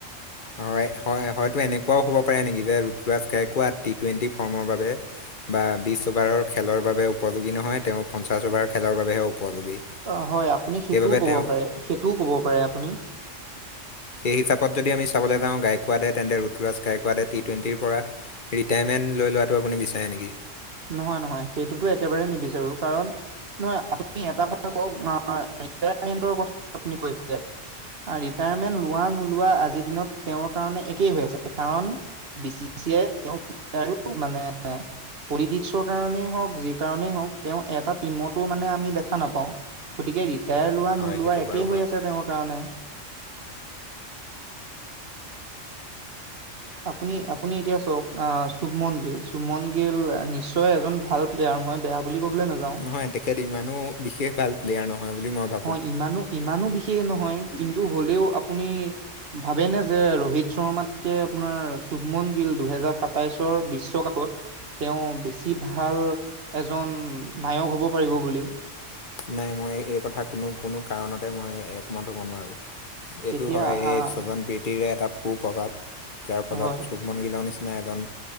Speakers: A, on the left; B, on the right.
A: হয় -হয় হয়তো এনেকুৱাও হ'ব পাৰে নেকি যে ঋতুৰাজ গাইকুৱা টি -টুৱেণ্টি ফৰ্মৰ বাবে বা বিছ অভাৰৰ খেলৰ বাবে উপযোগী নহয় তেওঁ। পঞ্চাশ অভাৰ খেলৰ বাবেহে উপযোগী।
B: অ' হয়। আপুনি
A: সেইবাবে
B: সেইটোও কব
A: তেওঁ
B: পাৰে, সেইটোও কব পাৰে আপুনি।
A: সেই হিচাপত যদি আমি চাবলৈ যাওঁ গাইকোৱাদে তেন্তে, ঋতুৰাজ গাইকোৱাদে টি টুৱেণ্টিৰ পৰা ৰিটায়াৰমেণ্ট লৈ লোৱাটো আপুনি বিচাৰে নেকি?
B: নহয়- নহয় সেইটোতো একেবাৰে নিবিচাৰো কাৰণ নহয় আপুনি এটা কথা কওঁক ৰিটাইৰমেণ্টৰ কথা আপুনি কৈছে। ৰিটাইৰমেন্ট লোৱা-নোলোৱা আজিৰ দিনত তেওঁৰ কা মানে একেই হৈ আছে। কাৰণ বি চি চি য়ে তেওঁক <inaudible> আৰু মানে পলিটিক্সৰ কাৰণেই হওঁক যি কাৰণেই হওঁক তেওঁ এটা টিমতো মানে আমি দেখা নাপাওঁ গতিকে টাইৰ লোৱা-নোলোৱা
A: হয় সেইটো
B: একেই
A: বাৰু
B: হৈ
A: হয়।
B: আছে, তেওঁৰ কাৰণে। আপুনি - আপুনি এতিয়া চাওঁক। অ'- শুভমন গিল। শুভমন গিল নিশ্চয় এজন ভাল প্লেয়াৰ। মই বেয়া বুলি ক'বলৈ নাযাওঁ
A: নহয় তেখেত ইমানো বিশেষ ভাল প্লেয়াৰ নহয়। বুলি মই ভাবোঁ
B: হয়, ইমানো- ইমানো বিশেষ নহয়, কিন্তু হ'লেও আপুনি ভাবেনে যে ৰোহিত শৰ্মাতকে আপোনাৰ চুভমন গিল দুহেজাৰ সাতাইশৰ বিশ্বকাপত তেওঁ বেছি ভাল এজন উম, নায়ক হ'ব পাৰিব বুলি
A: নাই, মই এই কথা কোনো - কোনো কাৰণতে মই একমত হ'ব নোৱাৰোঁ। এইটো
B: তেতিয়া
A: হয়।
B: আহ
A: এই স্বজন প্ৰীতিৰে এটা কু-প্ৰভাৱ। যাৰ ফলত
B: হয়
A: শুভমন গিলৰ নিচি না এজন